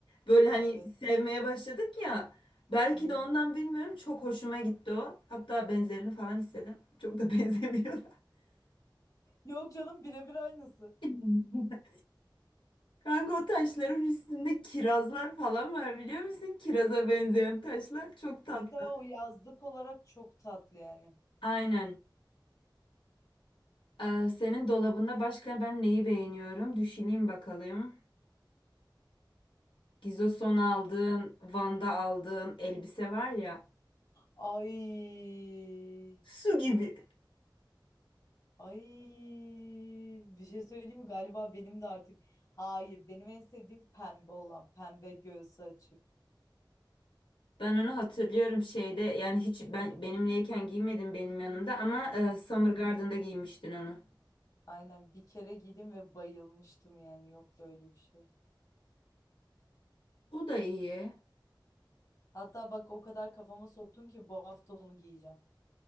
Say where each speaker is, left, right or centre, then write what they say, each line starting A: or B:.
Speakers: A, on the left (about 80°); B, on the left (about 40°).
A: Böyle hani
B: Evet.
A: sevmeye başladık ya. Belki
B: Hı.
A: de ondan bilmiyorum çok hoşuma gitti o. Hatta benzerini falan istedim. Çok da benzemiyor.
B: Yok canım birebir aynısı.
A: <laughs> Kanka o taşların üstünde kirazlar falan var biliyor musun? Kiraza benzeyen taşlar çok tatlı.
B: Mesela o yazlık olarak çok tatlı yani.
A: Aynen. Ee, senin dolabında başka ben neyi beğeniyorum? Düşüneyim bakalım. Gizos'tan aldığın, Van'da aldığın elbise var ya.
B: Ay.
A: Su gibi.
B: Ay. Bir şey söyleyeyim mi? Galiba benim de artık. Hayır, benim en sevdiğim pembe olan. Pembe göğsü açık.
A: Ben onu hatırlıyorum şeyde yani hiç ben benimleyken giymedin benim yanımda ama e, Summer Garden'da giymiştin onu.
B: Aynen bir kere giydim ve bayılmıştım yani yok böyle bir şey.
A: O da iyi.
B: Hatta bak o kadar kafama soktun ki bu hafta onu giyeceğim.